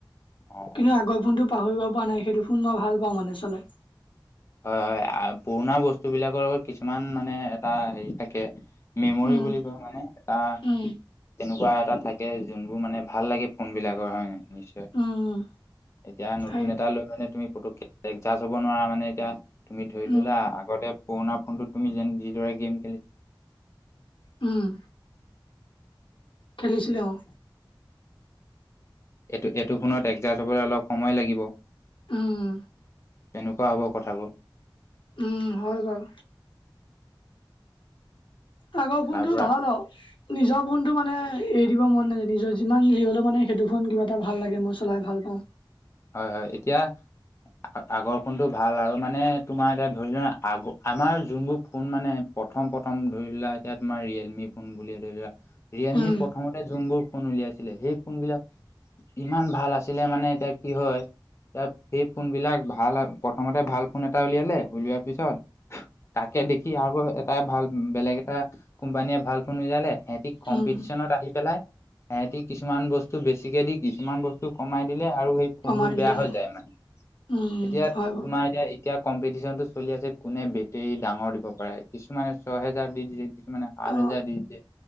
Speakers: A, on the left (about 35°); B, on the left (about 80°).
A: অ
B: কিন্তু আগৰ ফোনটো পাহৰিব পৰা নাই সেইটো। ফোন মই ভাল পাওঁ মানে চলাই।
A: হয় হয় পুৰণা বস্তু বিলাকৰ লগত কিছুমান মানে এটা হেৰি থাকে। মেমৰি
B: উম
A: বুলি কয় মানে এটা
B: উম
A: তেনেকুৱা এটা থাকে যোনবোৰ মানে ভাল লাগে ফোন বিলাকৰ। <unintelligible> নিশ্চয়,
B: উম উম
A: এতিয়া নতুন
B: সেই
A: এটা লৈ মানে তুমি পটককে একজাষ্ট হব নোৱাৰা মানে। এতিয়া তুমি ধৰি
B: উম
A: ললা আগতে পুৰণা ফোনতো তুমি যেন যিদৰে গেম খেলি
B: উম। খেলিছিলে অহ।
A: এইটো এইটো ফোনত এক্সজাষ্ট হবলৈ অলপ সময় লাগিব।
B: উম।
A: তেনেকুৱা হ'ব কথাবো।
B: উম হয় বাও। আগৰ ফোনটো
A: তাৰ পৰা
B: ভাল আও। নিজৰ ফোনটো মানে এৰি দিব মন নাযায় নিজৰ যিমান হেৰি হ'লেও মানে সেইটো ফোন কিবা এটা ভাল লাগে মই চলাই ভাল পাওঁ।
A: হয় হয় এতিয়া। আ আগৰ ফোনটো ভাল আৰু মানে তোমাৰ এতিয়া ধৰি লোৱা আগ আমাৰ যোনবোৰ ফোন মানে। প্ৰথম প্ৰথম ধৰি লোৱা এতিয়া তোমাৰ ৰিয়েলমি ফোন বুলিয়ে ধৰি লোৱা। ৰিয়েলমি
B: উম
A: প্ৰথমতে যোনবোৰ ফোন উলিয়াইছিলে সেই ফোনবিলাক। ইমান ভাল আছিলে মানে এতিয়া কি হয়। এ সেই ফোন বিলাক ভাল আও প্ৰথমতে ভাল ফোন এটা উলিয়ালে উলিওৱাৰ পিছত। তাকে দেখি আৰু এটাই ভাল বেলেগ এটা। কোম্পানীয়ে ভাল ফোন উলিয়ালে সিহঁতি কম্পিটিচনত
B: উম
A: আহি পেলাই। হেতি কিছুমান বস্তু বেছিকে দি কিছুমান বস্তু কমাই দিলে আৰু সেই। ফোনবোৰ
B: কমাই দিলে
A: বেয়া হৈ
B: অ
A: যায় মানে
B: উম
A: এতিয়া
B: হয় বাৰু
A: তোমাৰ এতিয়া। এতিয়া কম্পিটিচন টো চলি আছে কোনে বেটেৰ ডাঙৰ দিব পাৰে কিছুমানে ছয়হেজাৰ দি দিছে কিছুমানে। আঠহেজাৰ
B: অ
A: দি দিছে